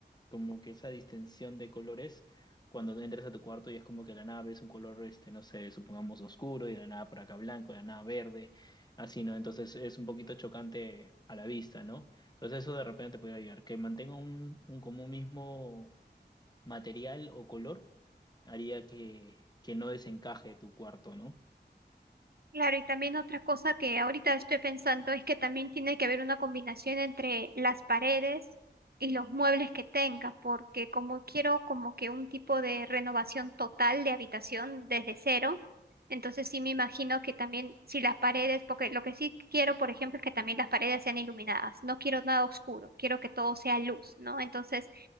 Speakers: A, on the left (about 25°); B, on the right (about 60°).
A: como que esa distinción de colores cuando te entres a tu cuarto y es como que la nave es un color este, no sé, supongamos oscuro y de la nada por acá blanco, de la nada verde Así, ¿no? Entonces es un poquito chocante a la vista, ¿no? Entonces eso de repente te puede ayudar. Que mantenga un, un como un mismo material o color haría que, que no desencaje tu cuarto, ¿no?
B: Claro, y también otra cosa que ahorita estoy pensando es que también tiene que haber una combinación entre las paredes y los muebles que tenga, porque como quiero como que un tipo de renovación total de habitación desde cero, entonces sí me imagino que también si las paredes, porque lo que sí quiero, por ejemplo, es que también las paredes sean iluminadas, no quiero nada oscuro, quiero que todo sea luz, ¿no? Entonces